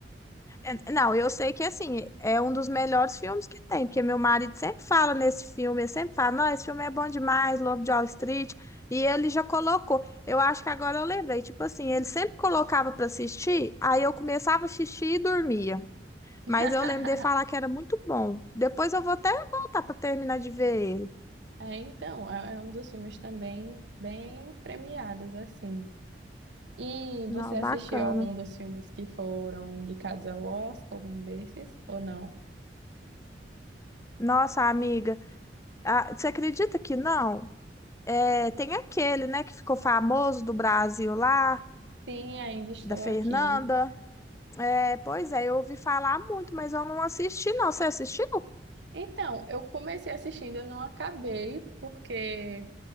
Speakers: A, on the left; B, on the right.
A: É, Não, eu sei que assim, é um dos melhores filmes que tem, porque meu marido sempre fala nesse filme, ele sempre fala, não, esse filme é bom demais, Lobo de Wall Street, e ele já colocou. Eu acho que agora eu lembrei, tipo assim, ele sempre colocava pra assistir, aí eu começava a assistir e dormia.
B: <laughs>
A: Mas eu lembro dele falar que era muito bom. Depois eu vou até voltar pra terminar de ver ele.
B: É, então, é é um dos filmes também bem premiados assim. E
A: Não,
B: você assistiu
A: bacana.
B: algum dos filmes que foram indicados ao Oscar, algum desses ou não?
A: Nossa, amiga, ah, você acredita que não? É, tem aquele, né, que ficou famoso do Brasil lá,
B: Sim, ainda estou
A: da Fernanda.
B: aqui.
A: É, pois é, eu ouvi falar muito, mas eu não assisti, não. Você assistiu?
B: Então, eu comecei assistindo, eu não acabei porque